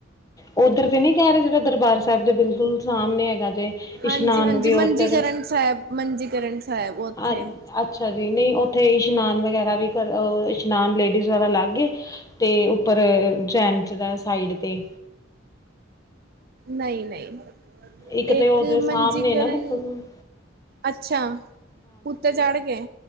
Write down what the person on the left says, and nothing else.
ਓਧਰ ਤੇ ਨੀ ਕੈ ਰਹੇ ਜਿਥੇ ਦਰਬਾਰ ਸਾਹਿਬ ਦੇ ਬਿਲਕੁਲ ਸਾਹਮਣੇ ਹੈਗਾ। ਜੇ ਇਸ਼ਨਾਨ
ਵੀ ਉੱਧਰ
ਹਾਂ ਅੱਛਾ। ਅੱਛਾ ਜੀ ਨੀ ਓਥੇ ਇਸ਼ਨਾਨ ਵਗੈਰਾ ਵੀ ਕਰ ਅ ਇਸ਼ਨਾਨ ਲੇਡੀਜ਼ ਵਾਲਾ ਲੱਗ ਏ। ਤੇ ਓਪਰ ਜੈਂਡਸ ਦਾ ਸਾਈਡ ਤੇ
ਇੱਕ ਤੇ
ਉਹਦੇ ਸਾਹਮਣੇ
ਨਾ ਬਿਲਕੁਲ